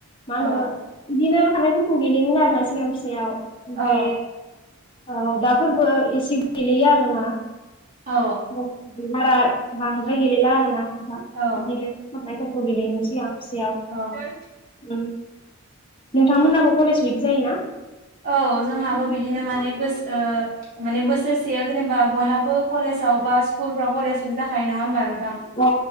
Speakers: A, on the left (about 20°); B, on the right (about 35°).
A: मा
B: औ
A: होनो बिदिनो खारनायफोरखौ गेलेयोमोन आरो ना सिगां फिसायाव ओमफाय
B: औ
A: ओ दाफोरबो एसे गेलेयो आरोना।
B: औ
A: <unintelligible> बांद्राय गेलेला आरोना नोंथां बिदिनो
B: औ
A: खारनायफोर
B: औ
A: <unintelligible> नोंथांमोनहाबो कलेज उइक जायोना?
B: औ जोंहाबो बिदिनो माने बोस ओह माने बोसोरसेयाव जेनेबा बयहाबो कलेजाव बा स्कुलफ्राव कलेज उइक जाखायो नङा होमबा नोंथां
A: औ